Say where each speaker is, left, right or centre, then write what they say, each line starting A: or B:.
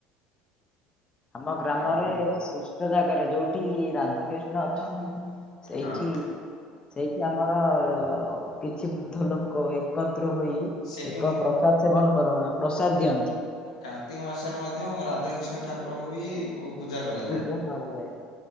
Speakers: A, on the left; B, on the left.
A: ଆମ ଗ୍ରାମରେ
B: ଆଉ କଣ କୁହ
A: ଶ୍ରେଷ୍ଠ ଜାଗାରେ ଯୋଉଠି ରାଧା କୃିଷ୍ଣ ଅଛନ୍ତି। ସେଇଠି
B: ହଁ।
A: ସେଇଠି ଆମର କିଛି ବୃଦ୍ଧ ଲୋକ କ ଏକତ୍ର ହୋଇ
B: ସେଇଠି
A: ଏକ
B: ମ
A: ପ୍ରସାଦ ସେବନ କର ପ୍ରସାଦ ଦିଅନ୍ତି।
B: କାର୍ତ୍ତିକ ମାସରେ ମଧ୍ୟ ରାଧାକୀଷ୍ଣ ଠାକୁରଙ୍କୁ ବି ପୂ-ପୂଜା କରାଯାଏ।
A: ପୂଜା କରାଯାଏ।